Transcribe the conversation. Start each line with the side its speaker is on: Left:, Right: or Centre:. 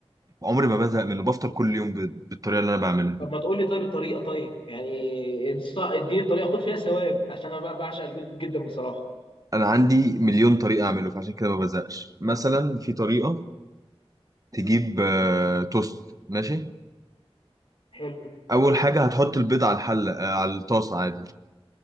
Right: عمري ما بزهق منه بفطر كل يوم ب- بالطريقه اللي انا بعملها
Left: طب
Right: دي
Left: ما تقول لي طيب الطريقه طيب يعني انص- اديني الطريقه خد فيها ثواب عشان انا بقى بعشق البيض جدا بصراحه
Right: انا عندي مليون طريقه اعمله فعشان كده ما بزهقش مثلا في طريقه تجيب آه، توست ماشي
Left: حلو
Right: اول حاجه هتحط البيض على الحله آه، على الطاسه عادي